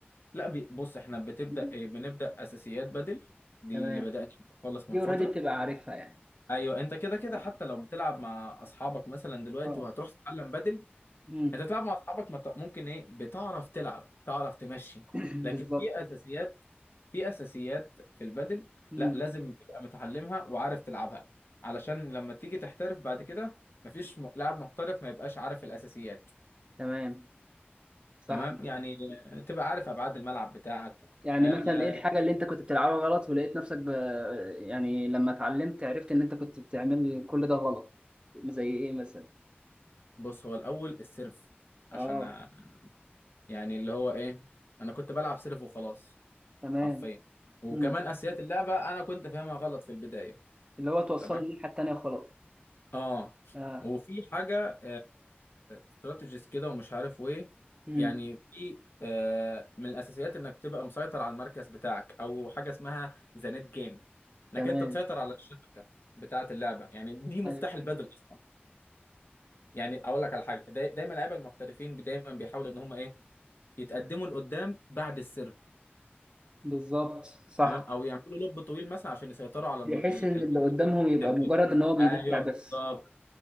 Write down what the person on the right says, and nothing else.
مم.
تمام
دي
أوريدي بتبقى عارفها يعني
اه
اه.
مم.
<coughs> <clears throat>
بالظبط
مم.
تمام صح
كده
يعني
مثلا ايه الحاجة اللي انت كنت بتلعبها غلط ولقيت نفسك ب... يعني لما اتعلمت عرفت ان انت كنت بتعمل كل ده غلط زي ايه مثلا
اه
تمام
امم
اللي هو توصله
الناحية التانية خلاص
اه
امم
تمام
أيوة.
بالظبط صح
بحيث ان اللي قدامهم يبقى
مجرد
ان هو بيدافع
بس